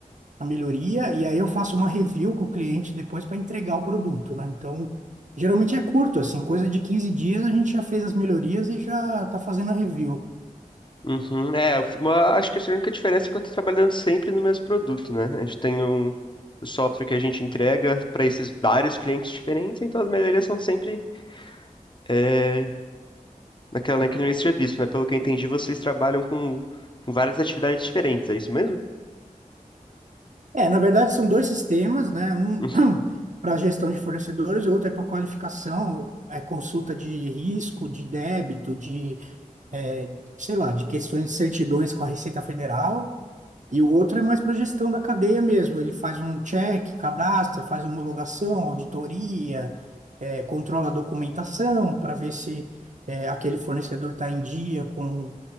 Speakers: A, on the right; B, on the left.
A: a melhoria, e aí eu faço uma review com o cliente depois para entregar o produto, né? Então, geralmente é curto, assim, coisa de 15 dias a gente já fez as melhorias e já está fazendo a review.
B: Uhum. É, uma, acho que a única diferença é que eu estou trabalhando sempre no mesmo produto, né? A gente tem um, o software que a gente entrega para esses vários clientes diferentes, então as melhorias são sempre é, naquela, naquele mesmo serviço, né? Pelo que eu entendi, vocês trabalham com, com várias atividades diferentes, é isso mesmo?
A: É, na verdade são dois sistemas, né? Um
B: <laughs>
A: <clears throat> para gestão de fornecedores e outro é para qualificação, é consulta de risco, de débito, de, é, sei lá, de questões de certidões com a Receita Federal. E o outro é mais para gestão da cadeia mesmo. Ele faz um check, cadastra, faz homologação, auditoria, é, controla a documentação para ver se é, aquele fornecedor está em dia com,